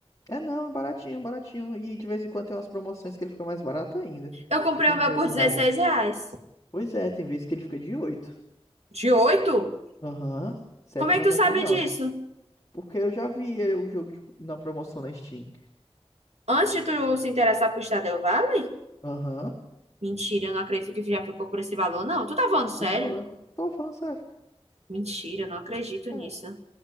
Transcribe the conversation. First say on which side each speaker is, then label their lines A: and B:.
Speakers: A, on the left; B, on the right.
A: É, não, é baratinho, baratinho. E de vez em quando tem umas promoções que ele fica mais barato ainda.
B: Eu comprei
A: Tipo
B: o
A: uns
B: meu
A: 8
B: por dezesseis
A: reais.
B: reais.
A: Pois é, tem vezes que ele fica de 8.
B: De 8?
A: Aham, sete
B: Como é
A: e noventa
B: que tu sabe
A: e nove.
B: disso?
A: Porque eu já vi eh, o jogo de- na promoção na Steam.
B: Antes de tu se interessar por Stardew Valley?
A: Aham.
B: Mentira, eu não acredito que já ficou por esse valor, não. Tu tá falando sério?
A: Tô falando. Tô falando sério.
B: Mentira, não acredito nisso.
A: É.